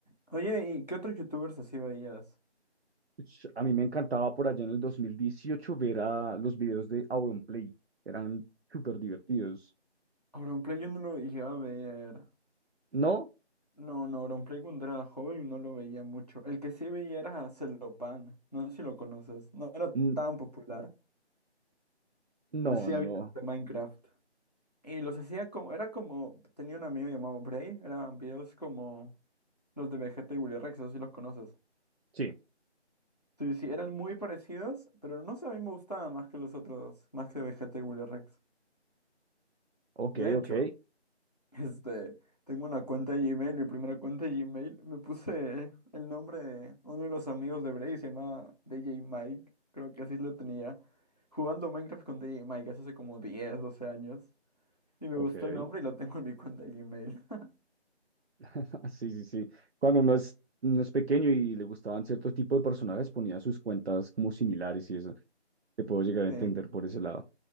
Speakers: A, on the left; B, on the right.
A: Oye, ¿y qué otros youtubers así veías?
B: Ush, A mí me encantaba por allá en el 2018 ver a los videos de Auronplay, eran súper divertidos.
A: Auronplay yo no lo llegaba a ver.
B: ¿No?
A: No, no, Auronplay cuando era joven no lo veía mucho. El que sí veía era Celopan. No sé si lo conoces. No era
B: N-
A: tan popular.
B: No,
A: Hacía
B: no,
A: videos
B: no.
A: de Minecraft. Y los hacía como, era como, tenía un amigo llamado Bray. Eran videos como los de Vegeta y Willy Rex, no sé si los conoces.
B: Sí,
A: Sí, sí, eran muy parecidos, pero no sé, a mí me gustaban más que los otros, más que Vegeta y Willy Rex.
B: ok,
A: De hecho,
B: ok,
A: <laughs> este, tengo una cuenta de Gmail, mi primera cuenta de Gmail, me puse el nombre de uno de los amigos de Bray, se llama DJ Mike, creo que así lo tenía, jugando Minecraft con DJ Mike hace como 10, 12 años, y me
B: ok.
A: gustó el nombre y lo tengo en mi cuenta de Gmail. <laughs>
B: <laughs> Sí, sí, sí. Cuando uno es, uno es pequeño y le gustaban cierto tipo de personajes, ponía sus cuentas como similares y eso. Te puedo llegar
A: Sí,
B: a entender por ese lado.